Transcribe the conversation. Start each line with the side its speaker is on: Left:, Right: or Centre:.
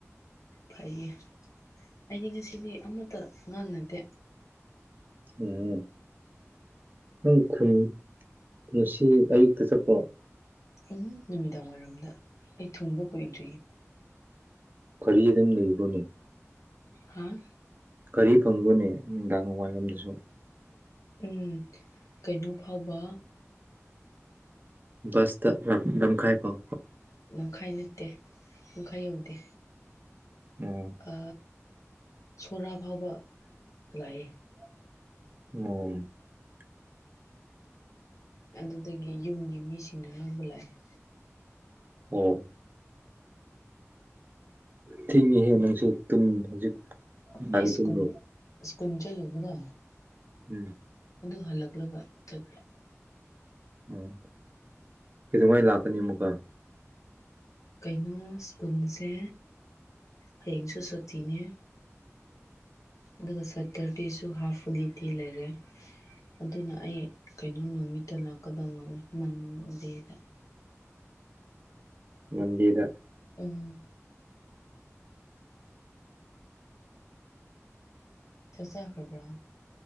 Left: ꯐꯩꯌꯦ ꯑꯩꯗꯤ ꯉꯁꯤꯗꯤ ꯑꯃꯠꯇ ꯉꯥꯡꯅꯗꯦ
Right: ꯎꯝ ꯅꯪ ꯈꯨꯟ ꯉꯁꯤ ꯑꯌꯨꯛꯇ ꯆꯠꯄ꯭ꯔꯣ
Left: ꯎꯝ ꯅꯨꯃꯤꯗꯥꯡ ꯋꯥꯏꯔꯝꯗ ꯑꯩ ꯊꯨꯡꯕ ꯀꯨꯏꯗ꯭ꯔꯤꯌꯦ
Right: ꯀꯔꯤ ꯑꯗꯨꯝ ꯂꯩꯕ꯭ꯔꯣꯅꯦ
Left: ꯍꯥꯥ
Right: ꯒꯥꯔꯤ ꯐꯪꯕ꯭ꯔꯣꯅꯦ ꯅꯨꯡꯗꯥꯡ ꯋꯥꯏꯔꯝꯗꯁꯨ
Left: ꯎꯝ ꯀꯩꯅꯣ ꯐꯥꯎꯕ
Right: ꯚꯁꯇ ꯂꯝꯈꯥꯏ ꯐꯥꯎ
Left: ꯂꯝꯈꯥꯏ ꯅꯠꯇꯦ ꯂꯝꯈꯥꯏ ꯌꯧꯗꯦ
Right: ꯎꯝ
Left: ꯑ ꯁꯣꯔꯥ ꯐꯥꯎꯕ ꯂꯥꯛꯑꯦ
Right: ꯑꯣ
Left: ꯑꯗꯨꯗꯒꯤ ꯌꯨꯝꯒꯤ ꯃꯤꯁꯤꯡꯅ ꯂꯧꯕ ꯂꯥꯛꯑꯦ
Right: ꯑꯣ ꯊꯦꯡꯉꯤꯍꯦ ꯅꯪꯁꯨꯨ ꯇꯨꯝ ꯍꯧꯖꯤꯛ ꯕꯥꯔꯣ
Left: ꯑꯩ ꯁ꯭ꯀꯨꯜ
Right: ꯇꯨꯝꯕ꯭ꯔꯣ
Left: ꯁ꯭ꯀꯨꯜ ꯆꯠꯂꯨꯕꯗꯣ
Right: ꯎꯝ
Left: ꯑꯗꯨ ꯍꯜꯂꯛꯂꯒ ꯆꯠꯄ
Right: ꯑꯥ ꯀꯩꯗꯧꯉꯩ ꯂꯥꯛꯀꯅꯤ ꯑꯃꯨꯛꯀ
Left: ꯀꯩꯅꯣ ꯁ꯭ꯀꯨꯜꯁꯦ ꯍꯌꯦꯡꯁꯨ ꯁꯨꯇꯤꯅꯦ ꯑꯗꯨꯒ ꯁꯇꯔꯗꯦꯁꯨ ꯍꯥꯐ ꯍꯣꯂꯤꯗꯦ ꯂꯩꯔꯦ ꯑꯗꯨꯅ ꯑꯩ ꯀꯩꯅꯣ ꯅꯨꯃꯤꯠꯇ ꯂꯥꯛꯀꯗꯧ ꯃꯥꯜꯂꯦ ꯃꯟꯗꯦꯗ
Right: ꯃꯟꯗꯦꯗ
Left: ꯎꯝ ꯆꯥꯛ ꯆꯥꯈ꯭ꯔꯕ꯭ꯔꯥ